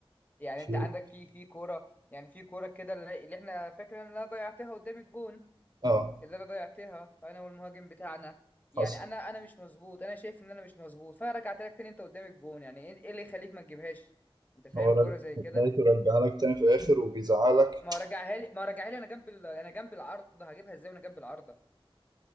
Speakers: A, on the left (about 15°); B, on the right (about 45°).
A: يعني
B: في
A: انت عندك في في كورة يعني في كورة كده اللي اللي احنا فاكرين ان انا ضيعتها قدام الجون
B: اه
A: اللي انا ضيعتها انا والمهاجم بتاعنا يعني
B: حصل
A: انا انا مش مظبوط انا شايف ان انا مش مظبوط فرجعت لك تاني انت قدام الجون يعني ايه إيه اللي يخليك ما تجيبهاش انت فاهم
B: هو ر-
A: كورة زي كده
B: لقيته رجع لك تاني في الآخر وبيزعلك
A: ما هو رجعها لي ما هو رجعها لي انا جنب ال... انا جنب العارضة هجيبها ازاي وانا جنب العارضة